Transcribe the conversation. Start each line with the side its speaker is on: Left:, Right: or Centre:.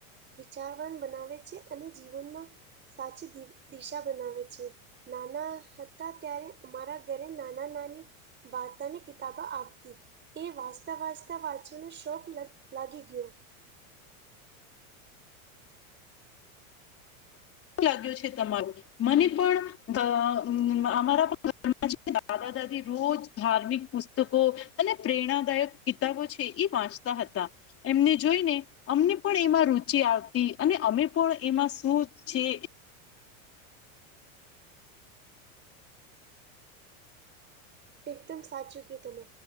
Right: વિચારવાન બનાવે છે અને જીવનમાં સાચી દિશા બનાવે છે. નાના હતા ત્યારે મારા ઘરે નાના નાની વાર્તાની કિતાબ આવતી એ વાસ તા વાચતા વાંચતા વાંચવાનો શોખ લ લાગી ગયો.
Left: હું લાગ્યો છે તમારું મને પણ આ અમ્મ અમારા ઘરમાં છે દાદા દાદી રોજ ધાર્મિક પુસ્તકો અને પ્રેરણાદાયક કિતાબો છે એ વાંચતા હતા એમને જોઈને અમને પણ એમાં રુચિ આવતી અને અમે પણ એમાં શું છે.
Right: એકદમ સાચું કીધું તમે